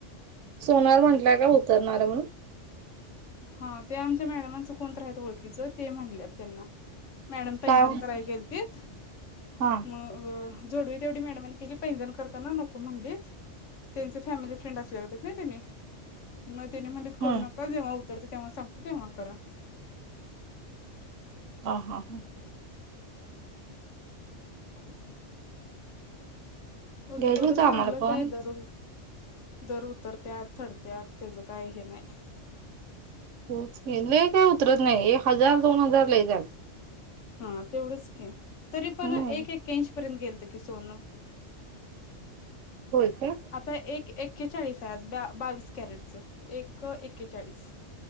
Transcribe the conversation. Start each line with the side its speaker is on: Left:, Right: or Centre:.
Right: सोनार म्हंटला का उतरणार हाये म्हणून.
Left: हां ते आमच्या मॅडमाचं कोणतरी हायेत ओळखीचं. ते म्हणल्यात त्यांना मॅडम पैंजण
Right: काय म्हणत
Left: कराया गेलतेत
Right: हा
Left: मगं अ जोडवे तेवढी मॅडमांनी केली. पैंजण करतांना नको म्हणलेत. त्यांच फॅमिली फ्रेंड असल्या ते त ना त्यांनी मग त्याने म्हणले मदत करू
Right: हम्म
Left: नका जेव्हा हो तर ते तेव्हा सांगतो तेव्हा करा.
Right: हां हां हां.
Left: <unintelligible> उतरलं
Right: घ्यायचं होतं
Left: तर
Right: आम्हाला
Left: चांगलंच
Right: पण
Left: आहे दर दर उतरत्यात चढत्यात त्याचं काय हे नाही
Right: तेच की लई काय उतरत नाही हे हजार दोन हजार लई झालं.
Left: हा तेवढंच की तरी पण
Right: हम्म
Left: एक एक्यांशी पर्यंत गेलत कि सोनं
Right: होय का
Left: आता एक एक एकेचाळीस आहे आज बावीस कॅरेटच एक एकेचाळीस